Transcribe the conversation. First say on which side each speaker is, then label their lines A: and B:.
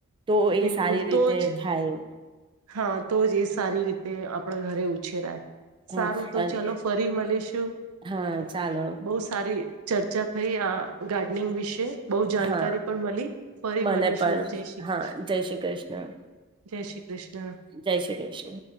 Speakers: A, on the right; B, on the right.
A: તો એ
B: બિલકુલ
A: સારી રીતે
B: તો જ
A: થાય
B: હા તો જ એ સારી રીતે આપણા ઘરે ઉછેરાય
A: હા
B: સારું, તો
A: અન
B: ચાલો ફરી મલીશું
A: હા
B: અ
A: ચાલો
B: બઉ સારી ચર્ચા થઈ આ ગાર્ડનિંગ વિશે બઉુ જાણકારી
A: હા
B: પણ મળી ફરી
A: મને
B: મળીશું
A: પણ
B: જય શ્રી કૃષ્ણ
A: હા જય શ્રી કૃષ્ણ
B: જય શ્રી કૃષ્ણ
A: જય શ્રી ક્રિષ્ન.